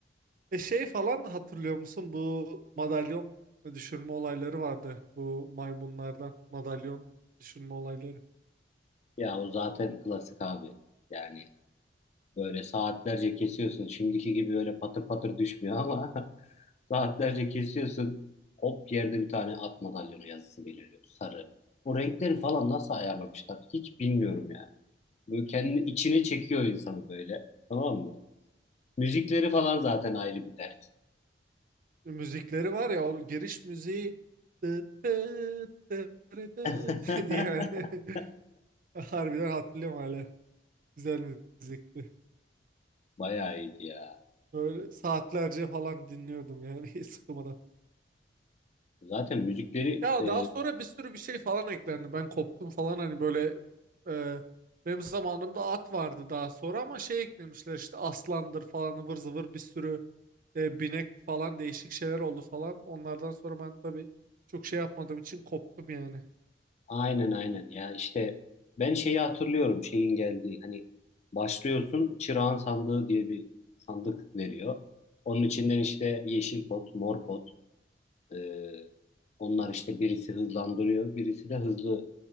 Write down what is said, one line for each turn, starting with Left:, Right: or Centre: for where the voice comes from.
Right: E şey falan hatırlıyor musun? Bu madalyon düşürme olayları vardı. Bu maymunlardan madalyon düşürme olayları.
Left: ya o zaten klasik abi. Yani böyle saatlerce kesiyorsun. Şimdiki gibi öyle patır patır düşmüyor ama <laughs> Saatlerce kesiyorsun. Hop yerde bir tane at madalyonu yazısı beliriyor. Sarı. O renkleri falan nasıl ayarlamışlar hiç bilmiyorum ya. Böyle kendini içine çekiyor insanı böyle. Tamam mı? Müzikleri falan zaten ayrı bir dert.
Right: E, Müzikleri var ya o giriş müziği tıt tıt tıt tıt
Left: <laughs>
Right: <laughs> diye yani. <laughs> <laughs> Harbiden hatırlıyorum hala. Güzel müzikti.
Left: Bayağı iyiydi ya.
Right: Böyle saatlerce falan dinliyordum yani <laughs> hiç sıkılmadan.
Left: Zaten müzikleri
Right: Ya
Left: e,
Right: daha sonra bir sürü bir şey falan eklendi. Ben koptum falan hani böyle e, benim zamanımda at vardı daha sonra ama şey eklemişler işte aslandır falan ıvır zıvır bir sürü e, binek falan değişik şeyler oldu falan. Onlardan sonra ben tabii çok şey yapmadığım için koptum yani.
Left: aynen aynen ya işte ben şeyi hatırlıyorum şeyin geldiği hani başlıyorsun çırağan sandığı diye bir sandık veriyor. Onun içinden işte yeşil pot, mor pot, Ee, onlar işte birisi hızlandırıyor, birisi de hızlı